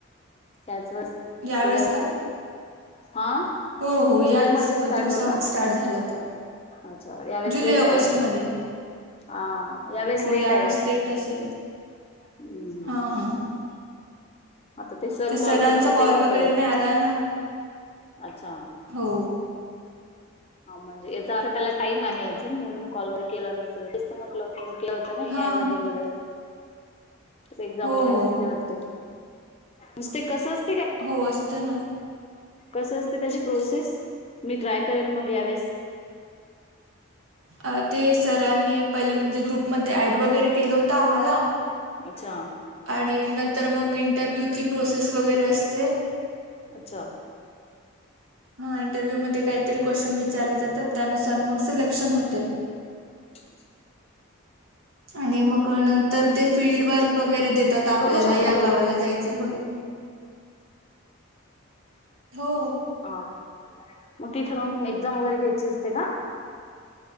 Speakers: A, on the left; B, on the right.
A: त्याच वेळेस
B: यावेेळेस
A: गेल्या वेळेस
B: का?
A: हा
B: हो, हो, याच
A: जुलै मध्ये स्टार्ट
B: दिवसामध्ये
A: हो ना
B: स्टार्ट झालं होत.
A: अच्छा यावेळेस
B: जुलै,
A: लेट
B: ऑगस्ट
A: आहे वाटते
B: मध्ये.
A: हा यावेळेस
B: हो,
A: लेट
B: यावेेळेस
A: आहे वाटते
B: लेट असेल.
A: हम्म
B: हा, हा.
A: आता ते सर
B: तर
A: कॉल
B: सरांचा
A: करतील
B: कॉल
A: तेव्हा
B: वगैरे
A: कळेल.
B: नाही आला ना
A: अच्छा,
B: हो
A: हा म्हणजे याचा अर्थ त्याला टाइम आहे अजून,, म्हणून कॉल वर केला नसेल,, ते म्हटलं होतं म. होत ना
B: हा
A: ए आय मध्ये गेलं. एक्झाम
B: हो
A: वगैरे
B: हो
A: वाटते,, नुसते कस अस
B: हो असत ना.
A: कस असते त्याची प्रोसेस,,, मी ट्राय करेन मग यावेळेस.
B: अ, ते सरांनी पहिले म्हणजे ग्रुपमध्ये ऍड वगैरे केलं होत आम्हाला..
A: अच्छा
B: आणि नंतर मग इंटरव्ह्यूची प्रोसेस वगैरे असते.
A: अच्छा
B: हा इंटरव्ह्यू मध्ये काहीतरी क्वेश्चन विचारले जातात,, त्यानुसार मग सिलेक्शन होतेय.
A: रिकामा ऑडिओ
B: आणि मग नंतर ते फीलल्ड वर्क वगैरे देतात आपल्याला,,
A: करू शकते
B: या गावाला जायच वगैरे... हो..
A: हा मग तिथे जाऊन एक्झाम वगैरे घ्यायची असते का?